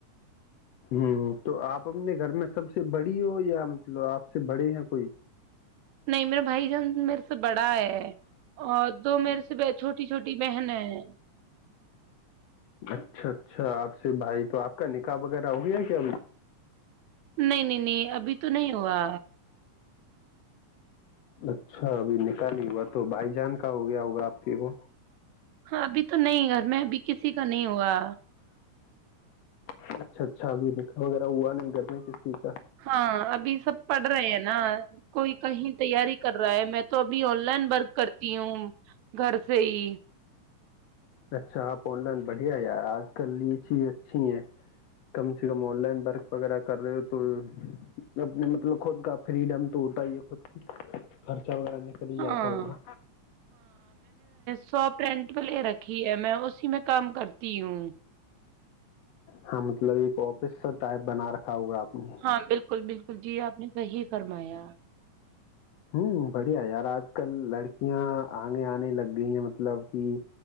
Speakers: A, on the left; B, on the right.
A: ہوں تو آپ اپنے گھر میں سب سے بڑی ہو یا مطلب آپ سے بڑے ہیں کوئی
B: نہیں میرا بھائی جان میرے سے بڑا ہے اور دو میرے سے چھوٹی چھوٹی بہن ہے
A: اچھا اچھا آپ سے بھائی تو آپ کا نکاح وغیرہ ہو گیا کیا ابھی
B: نہیں نہیں نہیں ابھی تو نہیں ہوا
A: اچھا ابھی نکالی ہوا تو بھائی جان کا ہو گیا ہوا آپ کے کو
B: ہاں ابھی تو نہیں گھر میں ابھی کسی کا نہیں ہوا
A: اچھا اچھ اھی دیکا وغیرہ ہوا نہیں گرمی کسی کا
B: ہاں ابھی سب پڑھ رہے ہیں نا کوئی کہیں تیاری کر رہا ہے میں تو ابھی آن لائن ورک کرتی ہوں گھر سے ہی
A: اچھا آپ آن لائن بڑھیا یار آج کل یہ چیز اچھی ہے کم سے کم آن لائن ورک وغیرہ کر رہے ہو تو اپنے مطلب خود کا فریڈم تو ہوتا ہی ہے خرچہ وغیرہ نکل ہی
B: ہاں
A: جاتا ہوگا
B: سو پرینٹ پلے رکھی ہے میں اسی میں کام کرتی ہوں
A: ہاں مطلب ایک آفس کا ٹائپ بنا رکھا ہوگا آپ نے
B: ہاں بالکل بالکل بالکل جی آپ نے صحیح فرمایا
A: ہوں بڑھیا یار آج کل لڑکیاں آگے آنے لگ گئی ہیں مطلب کہ